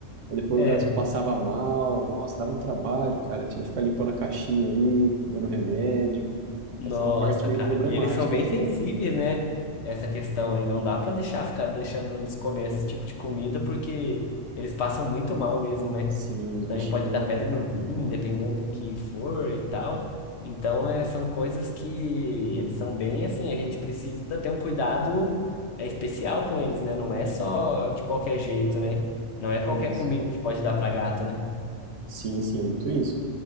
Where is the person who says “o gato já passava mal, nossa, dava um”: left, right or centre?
Right